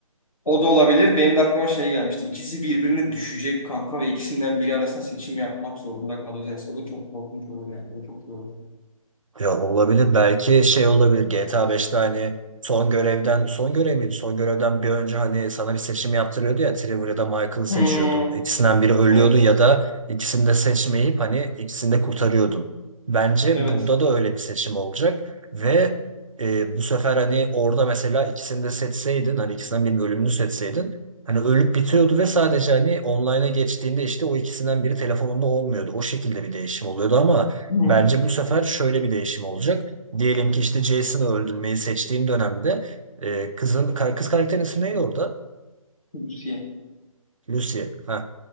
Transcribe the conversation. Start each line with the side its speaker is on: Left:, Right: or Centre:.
Left: o da olabilir. Benim de aklıma şey gelmişti. İkisi birbirine düşecek kanka ve ikisinden biri arasında seçim yapmak zorunda kalacağız. O da çok korkunç olur yani. O da çok iyi olur.
Right: Ya olabilir. Belki şey olabilir. GTA 5'te hani son görevden son görev miydi? Son görevden bir önce hani sana bir seçim yaptırıyordu ya Trevor ya da Michael'ı seçiyordun.
Left: Hmm,
Right: İkisinden biri ölüyordu
Left: Evet,
Right: ya da ikisini de seçmeyip hani ikisini de kurtarıyordun. Bence
Left: evet.
Right: burada da öyle bir seçim olacak ve e, bu sefer hani orada mesela ikisini de seçseydin hani ikisinden birinin ölümünü seçseydin hani ölüp bitiyordu ve sadece hani online'a geçtiğinde işte o ikisinden biri telefonunda olmuyordu. O şekilde bir değişim oluyordu ama
Left: Hı.
Right: Bence bu sefer şöyle bir değişim olacak. Diyelim ki işte Jason'ı öldürmeyi seçtiğim dönemde e, kızın ka- kız karakterin ismi neydi orada?
Left: Lucy.
Right: Lucy. Ha,